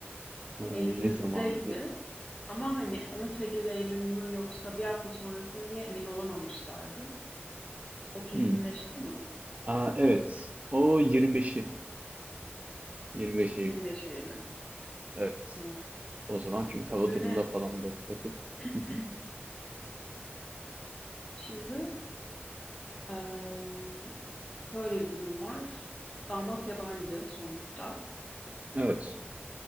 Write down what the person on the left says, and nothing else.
Eylül'deydi.
Ama hani 18 Eylül mü yoksa bir hafta sonrası mı diye emin olamamışlardı. O kesinleşti
mi?
25 Eylül.
Tamam.
Düğüne
<clears throat>
şimdi eee böyle bir durum var. Damat yabancı sonuçta.